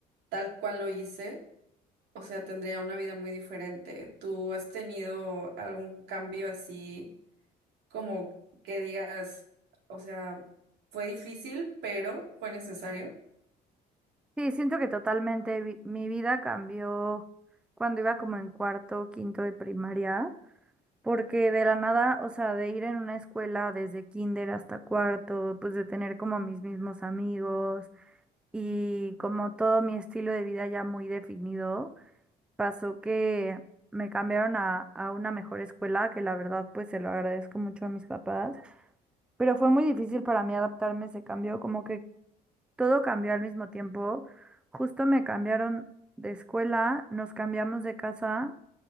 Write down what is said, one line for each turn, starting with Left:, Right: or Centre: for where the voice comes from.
Right: tal cual lo hice. o sea, tendría una vida muy diferente. ¿Tú has tenido algún cambio así como que digas, o sea, fue difícil, pero fue necesario?
Centre: Sí, siento que totalmente vi- mi vida cambió cuando iba como en cuarto, quinto de primaria, porque de la nada, o sea, de ir en una escuela desde kinder hasta cuarto, pues de tener como mis mismos amigos y como todo mi estilo de vida ya muy definido, pasó que me cambiaron a, a una mejor escuela, que la verdad pues se lo agradezco mucho a mis papás, pero fue muy difícil para mí adaptarme a ese cambio, como que todo cambió al mismo tiempo. Justo me cambiaron de escuela, nos cambiamos de casa